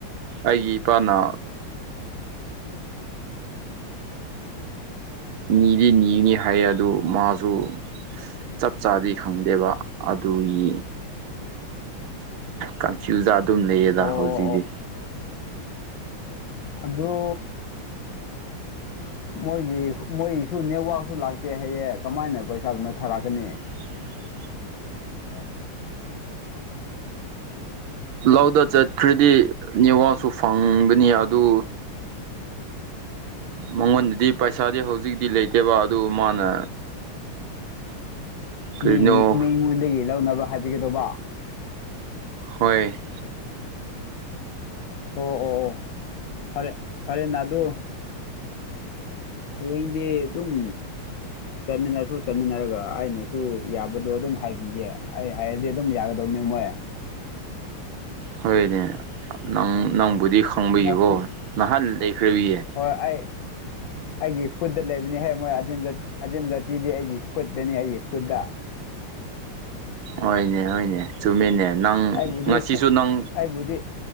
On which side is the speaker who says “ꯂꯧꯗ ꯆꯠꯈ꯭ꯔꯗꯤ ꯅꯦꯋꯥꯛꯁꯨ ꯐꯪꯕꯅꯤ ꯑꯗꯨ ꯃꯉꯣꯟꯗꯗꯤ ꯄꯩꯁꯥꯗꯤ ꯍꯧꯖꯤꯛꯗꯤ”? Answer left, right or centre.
Right